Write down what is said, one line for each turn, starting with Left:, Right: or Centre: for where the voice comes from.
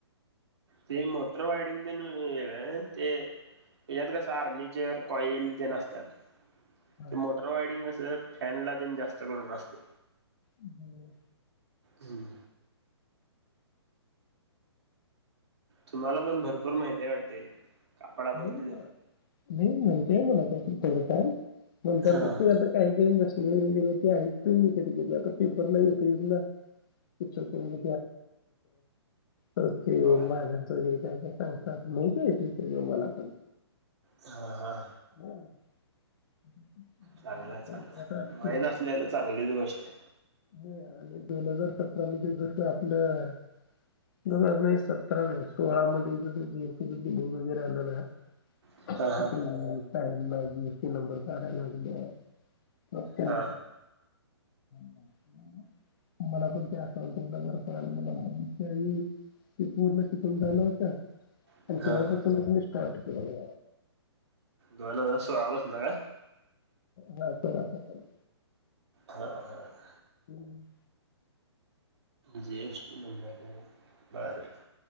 Right: ते <inaudible> मोटर वायडिंग देण वेगळ ते याच्यात कसं आर्मीचेर कॉइल ते असतात.
Left: हां.
Right: ते मोटर वायडिंग कस फॅनला तेन जास्त करून असते.
Left: हं.
Right: हम्म. तुम्हाला पण भरपूर माहिती वाटते कापडामधल
Left: नाही मग नाही माहित आहे मला त्यातल थोडं फार म्हण
Right: हा
Left: ते आता काही काही बसले वैरे ते आहेत तुही कधी कधी आता पेपर नाही येत ना पिक्चर तुम तस ते
Right: होय
Left: माघांच वगैरे काय- काय सांगतात माहिती आहे ते मला पण
Right: हां हां.
Left: हा, <unintelligible> मला
Right: चांगलंय
Left: असं
Right: चांगलय
Left: वाटतं की आता
Right: माहीत
Left: ते
Right: आसल्याल चांगलीच गोष्टय.
Left: हे आणि दोन हजार सतरा मध्ये जस आपलं दोन हजार नाई सतरा नाई सोळा मध्ये जे जी एस टी दिली वगैरे आले ना
Right: हाय.
Left: <unintelligible> ती
Right: हा
Left: नुस्ती नंबर काढायला लागल्या पण
Right: हा
Left: <unintelligible> <unintelligible> मला पण ते आठवलं <unintelligible> ते पूर्ण शिकून झालं होत आणि
Right: हा
Left: तेव्हा
Right: हा
Left: पासू स्टार्ट केल्याल.
Right: दोन हजार सोळा पासंन का?
Left: नाही <unintelligible>
Right: हां हां.
Left: हम्म.
Right: G S T number <unintelligible>